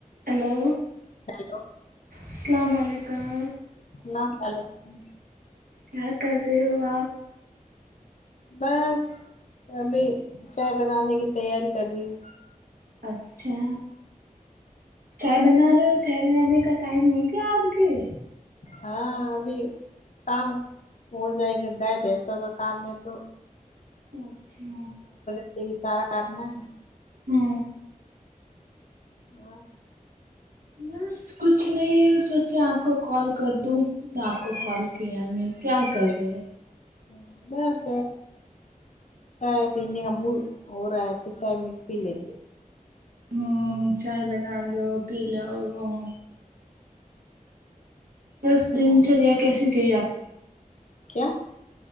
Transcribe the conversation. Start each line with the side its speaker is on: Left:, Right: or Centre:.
Right: hello
Left: hello
Right: السلام علیکم
Left: السلام علیکم
Right: کیا کر رہے ہو آپ
Left: بس ابھی چائے بنانے کی تیاری کر رہی ہوں
Right: اچھا چائے بنا رہے ہو چائے بنانے کا ٹائم ہو گیا آپ کے
Left: ہاں ابھی کام ہو جائے گا گائے بھینسوں کا کام میں تو
Right: اچھا
Left: یہ سارا کرنا ہے
Right: ہے
Left: اور
Right: بس کچھ نہیں سوچا آپ کو کال کر دوں دب آپ کو کال کیا ابھی کیا کر رے
Left: وں بس چائے پینے کا موڈ اور اے تو چائے میں پی لیتی
Right: ہوں چائے بنا دو پی لو ہوں دس دنچریا
Left: ہاں
Right: کیسی چاہیے اب
Left: کیا